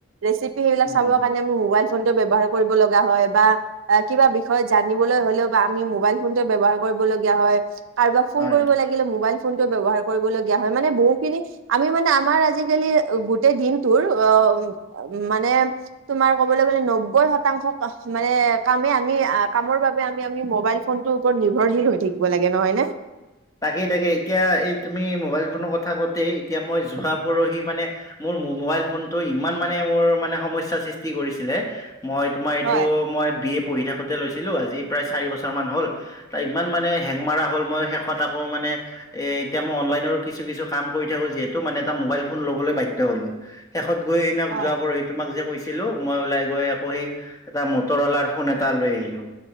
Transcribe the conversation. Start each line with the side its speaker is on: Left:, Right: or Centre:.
Right: ৰেচিপি এইবিলাক
Left: উম,
Right: চাবৰ কাৰণে আমি মোবাইল- ফোন টো ব্যৱহাৰ কৰিব লগা হয় বা- আ কিবা বিষয়ত জানিবলৈ হলেওঁ বা আমি মোবাইল ফোনটো ব্যৱহাৰ কৰিবলগীয়া হয়। কাৰোবাক ফোন
Left: হয়।
Right: কৰিব লাগিলে মোবাইল ফোনটো ব্যৱহাৰ কৰিবলগীয়া হয় মানে বহুখিনি আমি মানে আমাৰ আজি- আজিকালি গোটেই দিনটোৰ অ মানে তোমাৰ কবলৈ গলে নব্বৈ শতাংশ মানে কামে আমি কামৰ বাবে আমি আমি মবাইল ফোনটোৰ ওপৰত নিৰ্ভৰশীল হৈ থাকিব লাগে নহয় নে?
Left: তাকেই তাকে এতিয়া এই তুমি মোবাইল ফোনৰ কথা কওঁতে এতিয়া মই যোৱা পৰহি মানে মোৰ মোবাইল ফোনটো ইমান মানে মোৰ মানে সমস্যাৰ সৃষ্টি কৰিছিলে মই তোমাৰ এইটো
Right: হয়
Left: মই বি এ পঢ়ি থাক- থাকোতে লৈছিলোঁ। আজি প্ৰায় চাৰি বছৰমান হ'ল। তাৰ ইমান মানে হেং মাৰা হ'ল মই শেষত আকৌ মানে এ এতিয়া মই অনলাইনৰো কিছু কিছু কাম কৰি থাকো যিহেতু মানে এটা মোবাইল ফোন লবলৈ বাধ্য হ'লো। শেষত গৈ সেইদিনা
Right: হয়
Left: যোৱা পৰহি- তোমাক যে কৈছিলোঁ, মই ওলাই গৈ আকৌ সেই এটা মটৰৱালাৰ ফোন এটা লৈ আহিলো।